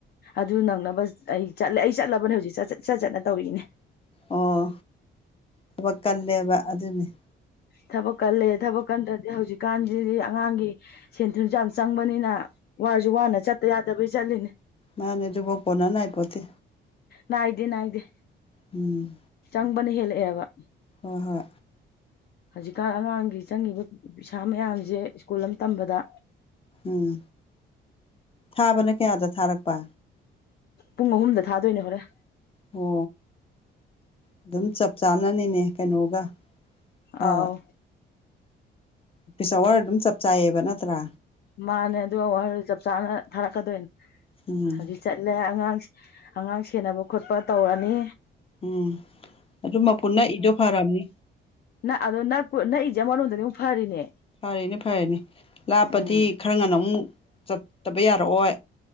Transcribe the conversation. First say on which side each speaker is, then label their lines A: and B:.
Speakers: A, on the left; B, on the left.
A: ꯑꯗꯨ ꯅꯪꯅꯕ ꯑꯩ ꯆꯠꯂꯦ ꯑꯩ ꯆꯠꯂꯕꯅꯦ ꯍꯧꯖꯤꯛ ꯆꯠ ꯆꯠ ꯆꯠ ꯆꯠꯅ ꯇꯧꯔꯛꯏꯅꯦ
B: ꯑꯣ ꯊꯕꯛ ꯀꯜꯂꯦꯕ ꯑꯗꯨꯅꯦ
A: ꯊꯕꯛ ꯀꯜꯂꯦ ꯊꯕꯛ ꯀꯟꯗ꯭ꯔꯗꯤ ꯍꯧꯖꯤꯛꯀꯥꯟꯁꯤꯗꯤ ꯑꯉꯥꯡꯒꯤ ꯁꯦꯟ ꯊꯨꯝꯁꯨ ꯌꯥꯝ ꯆꯪꯕꯅꯤꯅ ꯋꯥꯔꯁꯨ ꯋꯥꯅ ꯆꯠꯇ ꯌꯥꯗꯕꯩ ꯆꯠꯂꯤꯅꯦ
B: ꯃꯥꯅꯦꯗꯨꯕꯧ ꯀꯣꯅꯅꯥꯏ ꯄꯣꯠꯇꯦ
A: ꯅꯥꯏꯗꯦ ꯅꯥꯏꯗꯦ
B: ꯎꯝ
A: ꯆꯪꯕꯅ ꯍꯦꯜꯂꯛꯑꯦꯕ
B: ꯍꯣꯏ ꯍꯣꯏ
A: ꯍꯧꯖꯤꯛꯀꯥꯟ ꯑꯉꯥꯡꯒꯤ ꯆꯪꯉꯤꯕ ꯄꯩꯁꯥ ꯃꯌꯥꯝꯁꯦ ꯁ꯭ꯀꯨꯜ ꯑꯃ ꯇꯝꯕꯗ
B: ꯎꯝ ꯊꯥꯕꯅ ꯀꯌꯥꯗ ꯊꯥꯔꯛꯄ
A: ꯄꯨꯡ ꯑꯍꯨꯝꯗ ꯊꯥꯗꯣꯏꯅꯦ ꯍꯣꯔꯦꯟ
B: ꯑꯣ ꯑꯗꯨꯝ ꯆꯞ ꯆꯥꯅꯅꯤꯅꯦ ꯀꯩꯅꯣꯒ
A: ꯑꯥꯎ
B: ꯑꯥ ꯑꯣꯐꯤꯁ ꯑꯋꯥꯔ ꯑꯗꯨꯝ ꯆꯞ ꯆꯥꯏꯌꯦꯕ ꯅꯠꯇ꯭ꯔꯥ
A: ꯃꯥꯅꯦ ꯑꯗꯨꯋꯥꯔ ꯆꯞ ꯆꯥꯅ ꯊꯥꯔꯛꯀꯗꯣꯏꯅꯦ
B: ꯎꯝ
A: ꯍꯧꯖꯤꯛ ꯆꯠꯂꯦ ꯑꯉꯥꯡꯁꯤ ꯑꯉꯥꯡ ꯁꯦꯟꯅꯕ ꯈꯣꯠꯄ ꯇꯧꯔꯅꯤ
B: ꯎꯝ ꯑꯗꯨ ꯃꯄꯨꯟꯅꯛꯏꯗꯨ ꯐꯔꯝꯅꯤ
A: ꯅ ꯑꯗꯣ ꯅꯛꯏꯁꯦ ꯑꯃꯔꯣꯝꯗꯗꯤ ꯑꯃꯨꯛ ꯐꯔꯤꯅꯦ
B: ꯐꯔꯅꯦ ꯐꯔꯦꯅꯦ ꯂꯥ ꯆꯄꯗꯤ
A: ꯎꯝ
B: ꯈꯔ ꯉꯟꯅ ꯑꯃꯨꯛ ꯆꯠꯇꯕ ꯌꯥꯔꯛꯑꯣꯏ